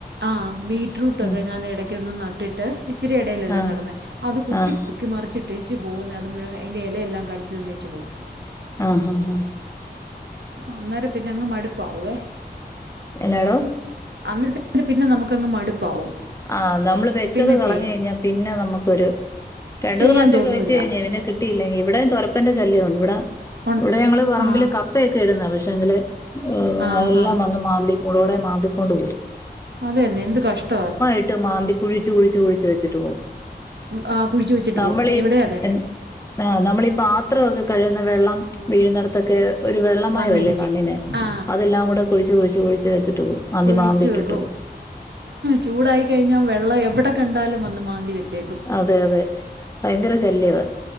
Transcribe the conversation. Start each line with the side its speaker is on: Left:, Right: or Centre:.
Right: ആഹ് ബീറ്റ് റൂട്ടൊക്കെ
Left: ഉം
Right: ഞാൻ എടക്കൊന്ന് നട്ടിട്ട് ഇച്ചിരി എടേലല്ലേ
Left: ആഹ്
Right: നടുന്നേ അത് കുത്തി
Left: ആഹ്
Right: പൊക്കി മറിച്ചിട്ടേച്ച് പോകുന്നേ അത് മുഴൻ അതിന്റെ എലയെല്ലാം കടിച്ച് തിന്നേച്ചു പോവും
Left: ആഹ് ആഹ് ആഹ്
Right: അന്നേരം പിന്നെ അങ്ങ് മടുപ്പാവേ
Left: എന്നാടോ
Right: അന്നി <inaudible> പിന്നെ നമുക്കങ്ങ് മടുപ്പാവും
Left: ആഹ് നമ്മള് വെച്ചത്
Right: പിന്നെ
Left: കളഞ്ഞു
Right: ചെയ്യാൻ
Left: കഴിഞ്ഞാ പിന്നെ നമുക്കൊരു രണ്ടു
Right: ചെയ്യാൻ
Left: മൂന്ന് പ്രാവശ്യൊക്കെ
Right: തോന്നൂല
Left: വെച്ച് കഴിഞ്ഞ് പിന്നെ കി കിട്ടിയില്ലെങ്കിൽ ഇവിടെ തൊരപ്പന്റെ ശല്യം ഉണ്ട് ഇവിടെ
Right: ഉൺ-
Left: ഇവിടെ ഞങ്ങള് പറമ്പില്
Right: ആ
Left: കപ്പയൊക്കെ ഇടുന്നതാ പക്ഷേങ്കില് എ്
Right: ആ ഹാ
Left: എല്ലാം വന്ന് മാന്തി മൂടോടെ മാന്തിക്കൊണ്ട് പോവും
Right: അതെന്നെ എന്ത് കഷ്ടാ
Left: ന്നിട്ട് മാന്തി കുഴിച്ചു കുഴിച്ച് കുഴിച്ചു വെച്ചിട്ട് പോവും
Right: ഉം, ആ കുഴിച്ചു വെച്ചിട്ട്
Left: നമ്മളീ
Right: പോകും ഇവിടെ അതെ
Left: എ ആഹ് നമ്മളി പാ ത്രോക്കെ കഴിക്ന്ന വെള്ളം വീഴുന്നിടത്തൊക്കെ ഒരു വെള്ളമയൊല്ലേ
Right: വന്നിരിക്കും
Left: മണ്ണിന്
Right: ആ
Left: അതെല്ലാം കൂടെ കുഴിച്ച് കുഴിച്ച് കുഴിച്ച് വെച്ചിട്ട് പോവും മാന്തിമാന്തി
Right: കുഴിച്ചു
Left: ഇട്ടിട്ട്
Right: വെക്കും
Left: പോവും
Right: ചൂടായി കഴിഞ്ഞാ വെള്ളം എവിടെ കണ്ടാലും വന്ന് മാന്തി വെച്ചേക്കും
Left: അതെ അതെ ഭയങ്കര ശല്യവാ